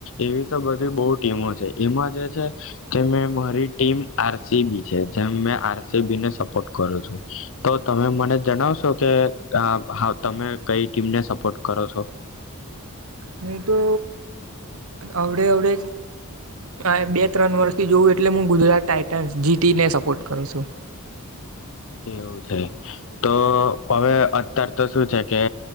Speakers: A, on the left; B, on the right.
A: એવી તો બધી બો ટીમો છે એમાં જે છે કે મે મારી ટીમ આર સી બી છે તેમ મેં આર સી બીને સપોર્ટ કરું છું તો તમે મને જણાવશો કે તમે કઈ ટીમને સપોર્ટ કરો છો
B: હું તો અવડે અવડે આ બે ત્રણ વર્ષથી જોવું એટલે હું ગુજરાત ટાાઈટન્સ જી ટી ને સપોર્ટ કરું છું
A: એવું છે તો હવે અત્યારે તો શું છે કે